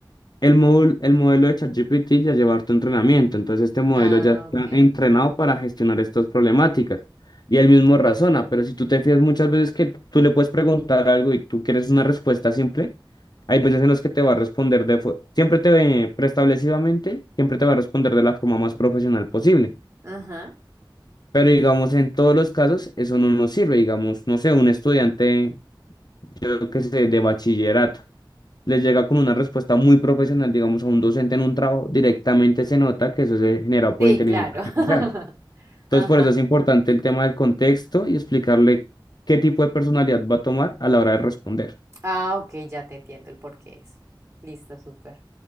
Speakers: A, on the left; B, on the right.
A: El módulo, el modelo de ChatGPT ya lleva harto entrenamiento, entonces este modelo
B: Ah,
A: ya está
B: ok.
A: entrenado para gestionar estas problemáticas. Y él mismo razona, pero si tú te fías muchas veces que tú le puedes preguntar algo y tú quieres una respuesta simple, hay veces en los que te va a responder de, fo- siempre te ve preestablecidamente, siempre te va a responder de la forma más profesional posible.
B: Ajá.
A: Pero digamos, en todos los casos, eso no nos sirve. Digamos, no sé, un estudiante, yo que sé, de bachillerato les llega con una respuesta muy profesional, digamos, a un docente en un trabajo, directamente se nota que eso se generado por
B: Sí,
A: inteligencia
B: claro.
A: artificial.
B: <laughs>
A: Entonces,
B: Ajá.
A: por eso es importante el tema del contexto y explicarle qué tipo de personalidad va a tomar a la hora de responder.
B: Ah, ok, ya te entiendo el por qué eso. Listo, súper.